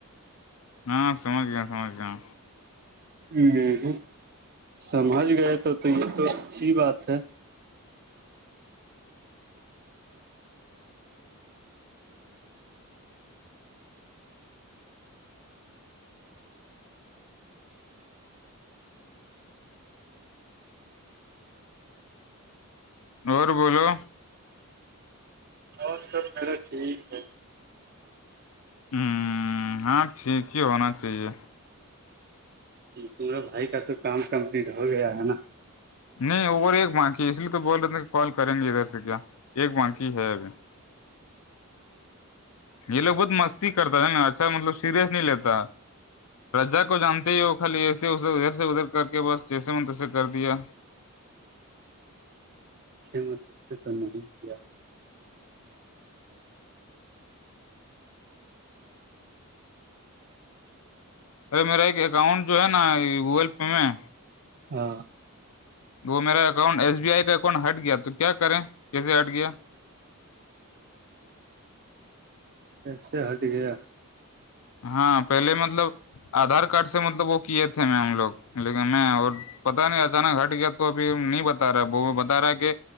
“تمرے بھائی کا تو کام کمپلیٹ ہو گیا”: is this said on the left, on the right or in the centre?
Right